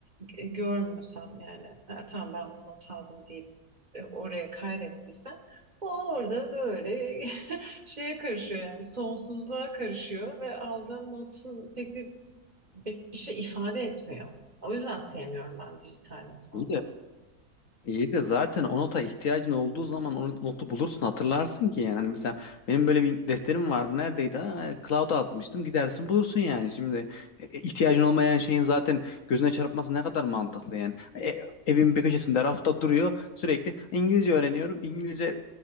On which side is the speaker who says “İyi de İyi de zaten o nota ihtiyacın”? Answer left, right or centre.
Left